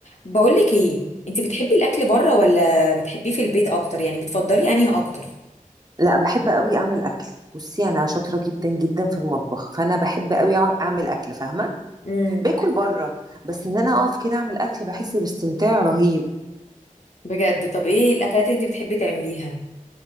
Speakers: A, on the left; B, on the right.
A: بقولك ايه انت بتحبي الاكل بره ولا بتحبيه في البيت اكتر يعني بتفضلي انهي اكتر
B: لا بحب قوي اعمل اكل بصي انا شاطره جدا جدا في المطبخ فانا بحب قوي اعمل اكل فاهمه
A: امم
B: باكل بره بس ان انا اقف كده اعمل اكل بحس باستمتاع رهيب
A: بجد طب ايه الاكلات اللي انت بتحبي تعمليها